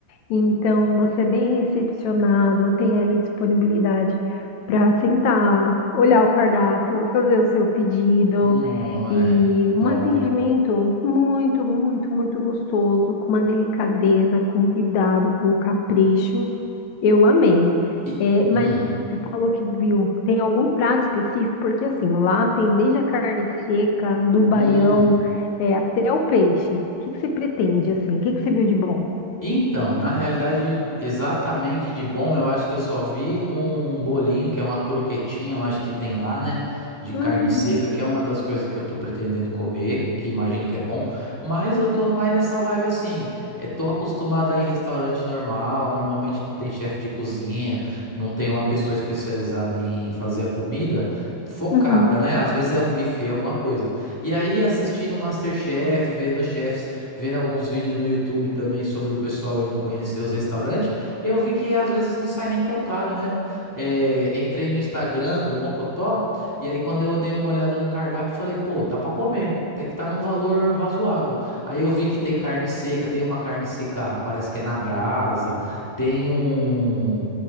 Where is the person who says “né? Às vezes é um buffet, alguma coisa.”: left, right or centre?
Centre